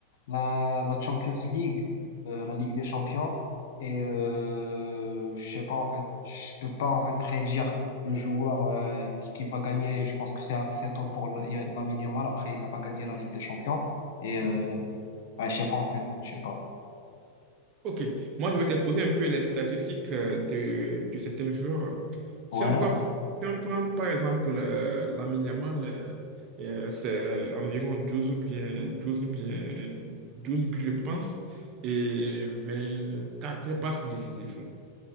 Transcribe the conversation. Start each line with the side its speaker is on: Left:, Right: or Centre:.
Left: la, la Champions League, euh, la Ligue des Champions. Et euh, je sais pas en fait, je peux pas en fait prédire le joueur euh, qui, qui va gagner. Et Je pense que c'est assez tôt pour la- Lamine Yamal. Après, il n'a pas gagné la Ligue des Champions. Et euh, ouais, je sais pas en fait, je sais pas.
Right: Ok, moi je vais t'exposer un peu les statistiques euh, de, de certains joueurs. Si
Left: Ouais.
Right: on prend, si on prend, par exemple euh, Lamine Yamal, euh, euh, c'est euh, environ 12 ou bien 12 ou bien 12 buts, je pense, et 24 passes décisives.